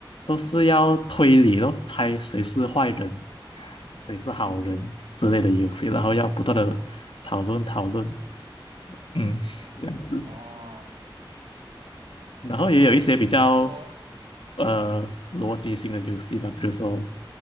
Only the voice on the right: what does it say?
嗯
啊，
然后你说，
嗯嗯